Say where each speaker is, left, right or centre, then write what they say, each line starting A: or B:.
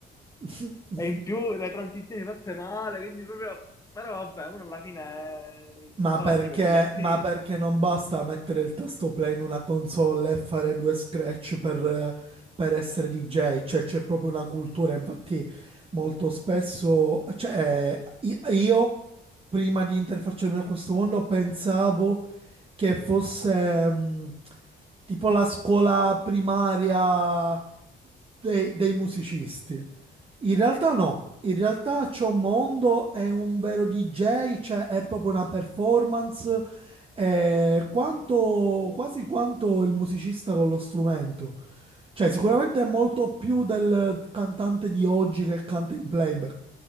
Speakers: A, on the right; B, on the left.
A: <laughs>
B: E in più le transizioni fatte male, quindi proprio... Però vabbè, uno alla fine eh,
A: Ma
B: andava
A: perché,
B: lì per divertirsi.
A: ma perché non basta mettere il tasto play in una console e fare due scratch per, eh, per essere DJ? Cioè, c'è proprio una cultura. Infatti, molto spesso, cioè, i- io prima di interfacciarmi a questo mondo pensavo che fosse mh, tipo la scuola primaria dei, dei musicisti. In realtà no, in realtà C'è un mondo è un vero DJ, cioè è proprio una performance, è quanto, quasi quanto il musicista con lo strumento. Cioè sicuramente è molto più del cantante di oggi che canta in playback.